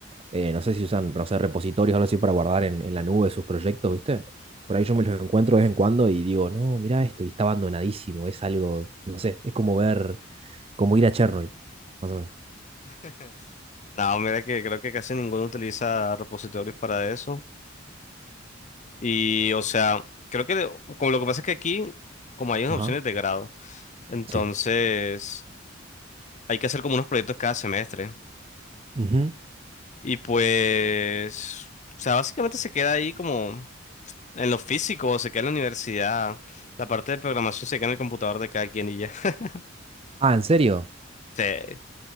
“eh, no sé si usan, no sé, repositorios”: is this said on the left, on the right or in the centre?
Right